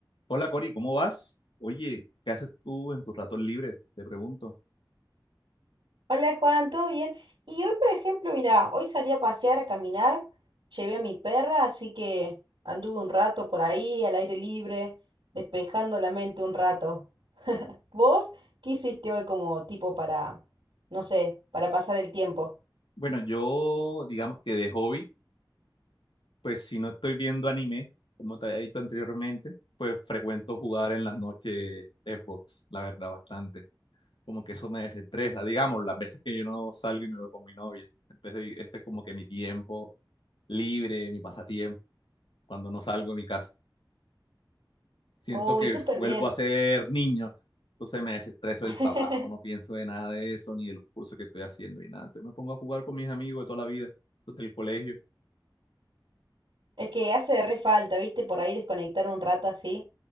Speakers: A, on the left; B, on the right.
A: Hola Cori, ¿cómo vas? Oye, ¿qué haces tú en tus ratos libres? Te pregunto.
B: Hola Juan, ¿todo bien? Y hoy, por ejemplo, mira, hoy salí a pasear, a caminar, llevé a mi perra, así que anduve un rato por ahí, al aire libre, despejando la mente un rato. ¿Vos qué hiciste hoy como tipo para, no sé, para pasar el tiempo?
A: Bueno, yo digamos que de hobby, pues si no estoy viendo anime, como te había dicho anteriormente, pues frecuento jugar en las noches Xbox, la verdad, bastante. Como que eso me desestresa, digamos, las veces que yo no salgo y me veo con mi novia. Entonces, ese es como que mi tiempo libre, mi pasatiempo, cuando no salgo de mi casa. siento
B: Uy,
A: que
B: súper
A: vuelvo
B: bien.
A: a ser niño. Entonces me desestreso del
B: <laughs>
A: trabajo, no pienso de nada de eso, ni de los cursos que estoy haciendo, ni nada. Entonces me pongo a jugar con mis amigos de toda la vida, los del colegio.
B: Es que hace re falta, ¿viste? Por ahí desconectar un rato así.